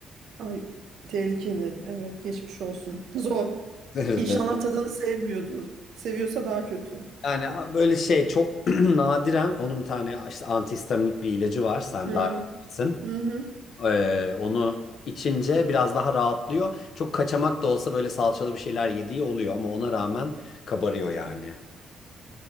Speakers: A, on the right; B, on the left.
A: Ay tehlikeli. Evet geçmiş olsun. Zor.
B: <laughs>
A: İnşallah tadını sevmiyordur. Seviyorsa daha kötü.
B: Yani a- böyle şey çok <clears throat> nadiren onun bir tane işte antihistaminik bir ilacı var. Sen
A: Hı.
B: daha iyi bilirsin.
A: Hı hı.
B: Ee, onu içince biraz daha rahatlıyor. Çok kaçamak da olsa böyle salçalı bir şeyler yediği oluyor ama ona rağmen kabarıyor yani.